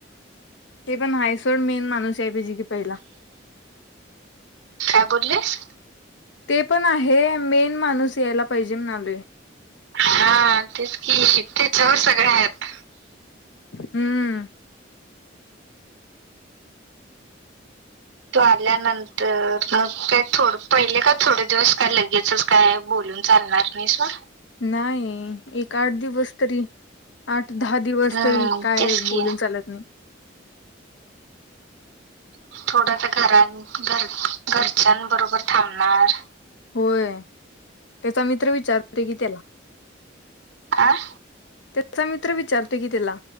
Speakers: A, on the left; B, on the right.
A: ते पण हायसोड मेन माणूस या पाहिजे की पहिला
B: काय बोलीस
A: ते पण आहे मेन माणूस यायला पाहिजे म्हणाले
B: हा तेच की त्याच्यावर सगळ आहेत
A: हम्म
B: तो आल्यानंतर मग का थोड पहिले का थोडे दिवस काय लगेचच काय बोलून चालणार नाहीसवर
A: नाही. एक आठ दिवस तरी, आठ दहा दिवस
B: हम्म
A: तरी, काय
B: तेच
A: बोलून
B: की
A: चालत नाही.
B: थोडं त्या घरात घर, घरच्याबरोबर थांबणार.
A: होय, त्याचा मित्र विचारते की त्याला
B: आह
A: त्याचा मित्र विचारतोय की त्याला